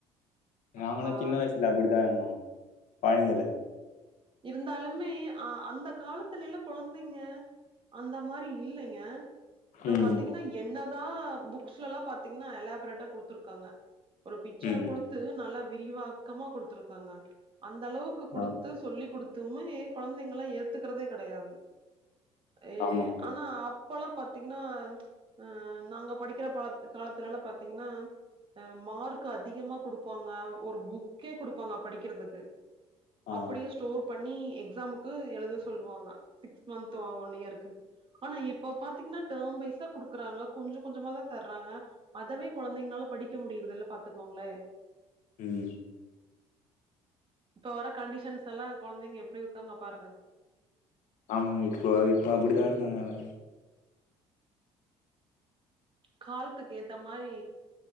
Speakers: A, on the left; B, on the right.
A: நாங்களு
B: அப்பா
A: சின்ன வயசுல அப்படிதா இருந்தோம் கொய்ந்தில
B: இருந்தாலுமே அ அந்த காலத்துல எல்லா கொழந்தைங்க அந்த மாரி இல்லைங்க இப்ப
A: ம்,
B: பாத்தீங்கன்னா என்னதா புக்ஸ்லல்லா பாத்தீங்ன்னா எலாப்ரேட்டா குடுத்துருக்காங்க ஒரு பிக்சர
A: ம்.
B: குடுத்து நல்ல விரிவாக்கமா குடுத்துருக்காங்க அந்த அளவுக்கு குடுத்து
A: ஆ,
B: சொல்லிக் குடுத்துமே கொழந்தைங்ளா ஏத்துக்கறதே கெடையாது ஏ
A: ஆமாங்க.
B: ஆனா அப்பல்லா பாத்தீங்ன்னா அ நாங்க படிக்கிற பா காலத்துல எல்லாம் பாத்தீங்ன்னா அ மார்க் அதிகமா குடுப்பாங்க ஒரு புக்கே குடுப்பாங்க படிக்கறதுக்கு
A: ஆ
B: அப்டியே ஸ்டோர் பண்ணி எக்ஸாமுக்கு எழுத சொல்வாங்க சிக்ஸ் மந்த் ஒன் இயருக்கு ஆனா இப்ப பாத்தீங்கன்னா டேர்ம் வைசா குடுக்குறாங்க கொஞ்சோ கொஞ்சமா தா தர்றாங்க அதவே கொழந்தைங்கனால படிக்க முடியறதல்ல பாத்துக்கோங்ளே
A: ம்
B: இப்ப வர கண்டிஷன்ஸ் எல்லா கொழந்தைங்க எப்பிடி இருக்காங்க பாருங்க
A: ஆமாங்க இப்போ இப்ப அப்படிதா இருக்காங்க எல்லா
B: கால்த்துக்கு ஏத்த மாரி